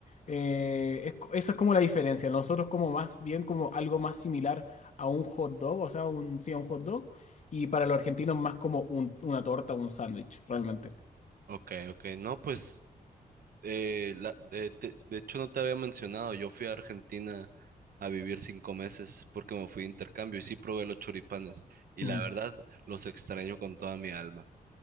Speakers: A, on the left (about 50°); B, on the right (about 65°).
A: eh, es co- esa es como la diferencia. Nosotros como más bien como algo más similar a un hot dog, o sea, un, sí, a un hot dog. Y para los argentinos más como un- una torta, un sándwich, realmente.
B: Ok, ok. No, pues, eh, la- de, te- de hecho no te había mencionado, yo fui a Argentina a vivir cinco meses porque me fui de intercambio y sí probé los choripanes y
A: Ujú.
B: la verdad los extraño con toda mi alma.